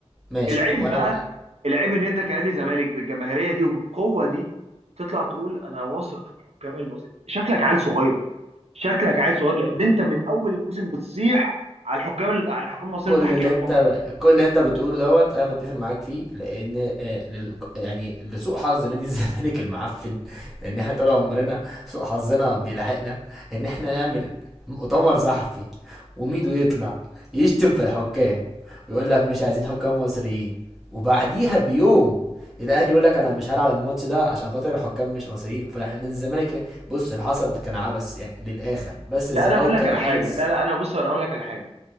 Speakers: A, in the centre; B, on the right (about 70°).
A: ماشي
B: العيب
A: وانا
B: بقى العيب ان انت كنادي زمالك بالجماهيريه دي وبالقوه دي تطلع تقول انا واثق في الحكام المصريين شكلك عيل صغير شكلك عيل صغير لان انت من اول الموسم بتصيح على الحكام على الحكام المصريين
A: كل
B: والتحكيم
A: اللي
B: المصري
A: انت كل اللي انت بتقوله دوت انا متفق معاك فيه لان آه، لل- يعني لسوء حظ نادي الزمالك المعفن <laughs> ان احنا طول عمرنا سوء حظنا بيلاحقنا ان احنا نعمل مؤتمر صحفي وميدو يطلع يشتم في الحكام ويقول لك مش عايزين حكام مصريين وبعديها بيوم الاهلي يقول لك انا مش هلعب الماتش ده عشان خاطر الحكام مش مصريين فاحنا الزمالك بص اللي حصل كان عبث يعني للاخر بس
B: لا
A: الزمالك
B: انا هقول لك
A: كان
B: على
A: عايز
B: حاجه لا لا انا بص انا هقول لك على حاجه